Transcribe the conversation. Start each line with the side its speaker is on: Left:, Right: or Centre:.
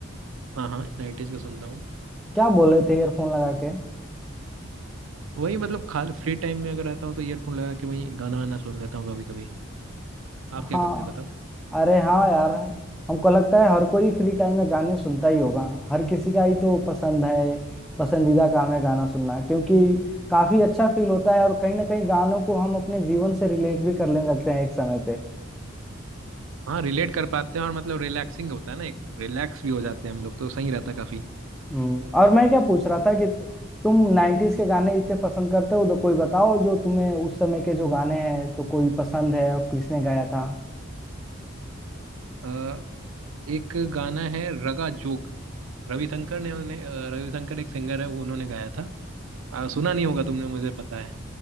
Right: हाँ हाँ 90s का सुनता हूँ
Centre: क्या बोले थे ईयरफोन लगा के
Right: वही मतलब खाली फ्री टाइम में अगर रहता हूँ तो ईयरफोन लगा के वही गाना वाना सुन लेता हूँ कभी कभी आप क्या
Centre: हाँ
Right: करते हैं बताओ
Centre: अरे हाँ यार हमको लगता है हर कोई फ्री टाइम में गाने सुनता ही होगा हर किसी का ही तो पसंद है पसंदीदा काम है गाना सुनना क्योंकि काफी अच्छा फील होता है और कहीं ना कहीं गानों को हम अपने जीवन से रिलेट भी करने लगते हैं एक समय पे
Right: हाँ रिलेट कर पाते हैं और मतलब रिलैक्सिंग होता है ना एक रिलैक्स भी हो जाते हैं हम लोग तो सही रहता है काफी
Centre: हम्म, और मैं क्या पूछ रहा था कि तुम नाइन्टीज के गाने इतने पसंद करते हो तो कोई बताओ जो तुम्हें उस समय के जो गाने हैं तो कोई पसंद है और किसने गाया था
Right: अ, एक गाना है रगा जोग रविशंकर ने उन्हें अ, रविशंकर एक सिंगर है वो उन्होंने गाया था अ, सुना नहीं होगा तुमने मुझे पता है